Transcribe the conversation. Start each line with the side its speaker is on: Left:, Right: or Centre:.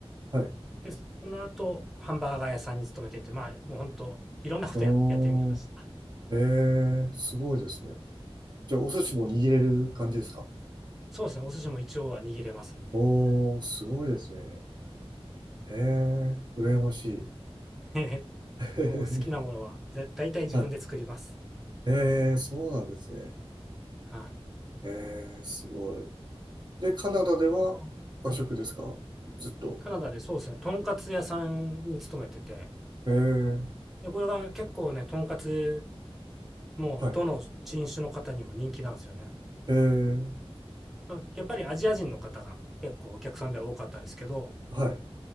Right: はい。
Centre: で、その後、ハンバーガー屋さんに勤めてて、まあ、もう本当、いろんなことや、
Right: おー、
Centre: やってみました。
Right: ええ、すごいですね。じゃあお寿司も握れる感じですか
Centre: そうですね、お寿司も一応は握れますね。
Right: おー、すごいですね。ええ、羨ましい。
Centre: <laughs>
Right: <laughs>
Centre: もう好きなものは、だ、大体自分で作ります。
Right: はい。ええ、そうなんですね。
Centre: は
Right: ええ、すごい。で、カナダでは和食ですかずっと。
Centre: い。リーさんうん。カナダでそうですね、とんかつ屋さんに勤めてて、
Right: ええ、
Centre: で、これが結構ね、とんかつ、もうどの人種の方にも人気なんですよね。
Right: はい。ええ、
Centre: まあやっぱりアジア人の方が結構お客さんでは多かったですけど、
Right: はい。